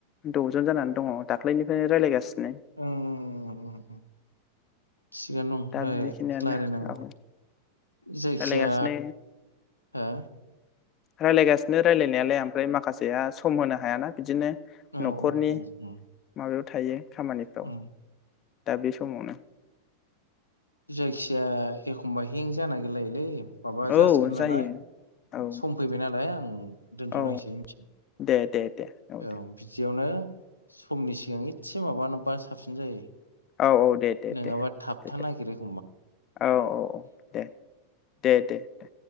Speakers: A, on the left (about 30°); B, on the left (about 80°).
A: दजन जानानै दङ दाख्लैनिफ्रायनो रायलायगासिनो
B: ओं थिगानो
A: दा
B: दं राय
A: बेखिनियानो
B: रायलायनांगौ।
A: औ
B: जायखिया
A: रायलायगासिनो
B: हो
A: रायलायगासिनो रायलायनायालाय ओमफ्राय माखासेया सम होनो हायाना बिदिनो
B: औ
A: न'खरनि
B: औ
A: माबायाव थायो खामानिफ्राव
B: औ
A: दा बे समावनो
B: जायखिजाया एख खमबा हिंसा नागिरलायोलै माबा जासिगोन
A: औ
B: नालाय
A: जायो औ
B: सम फैबाय नालाय आं दोनथ'लायसै
A: औ
B: मिथिदों
A: दे दे दे दे
B: औ बिदियावनो समनि सिगां इथसे माबानोबा साबसिन जायो
A: औ दे दे
B: नोङाबा
A: दे
B: थाबथा
A: दे दे
B: नागिरो।
A: औ औ औ दे दे दे दे।